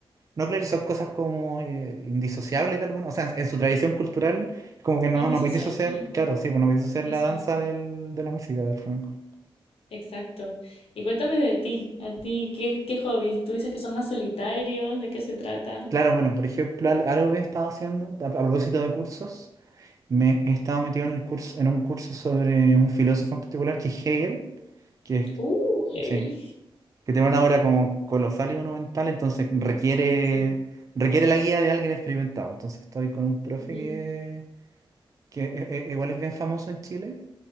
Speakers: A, on the right; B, on the left.
A: no son cosas como eh, indisociables de alguna. O sea, en, en su tradición cultural, como que no,
B: Indisociable,
A: no podéis disociar,
B: sí.
A: claro, sí, pues no podéis disociar
B: Eso.
A: la danza del, de la música, del flamenco.
B: Exacto. Y cuéntame de ti, a ti, ¿qué, qué hobbies? Tú dices que son más solitarios, ¿de qué se trata?
A: Claro, bueno, por ejemplo, al- algo que he estado haciendo a, a propósito de cursos, me he estado metido en el curso, en un curso sobre un filósofo en particular que es Hegel, que es-
B: Uh, <laughs> Hegel.
A: sí, que te van ahora como colosal y monumental, entonces requiere,
B: Sí.
A: requiere la guía de alguien experimentado. Entonces estoy con un profe
B: ujú.
A: que, que e- e- igual es bien famoso en Chile,